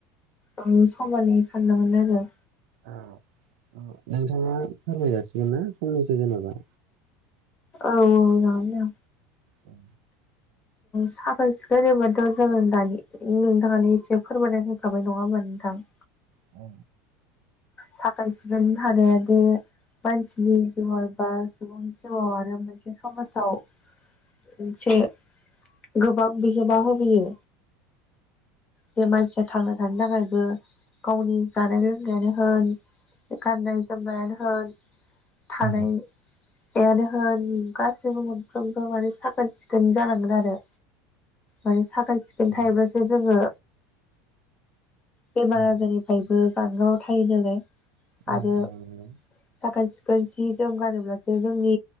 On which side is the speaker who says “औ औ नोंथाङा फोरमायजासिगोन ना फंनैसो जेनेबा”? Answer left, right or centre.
Right